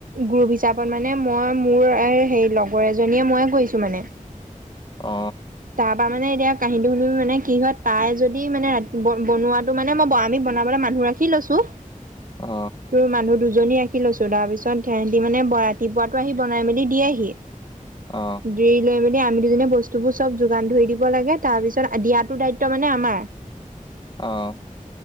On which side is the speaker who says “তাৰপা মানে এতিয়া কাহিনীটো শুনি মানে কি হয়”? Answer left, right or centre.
Right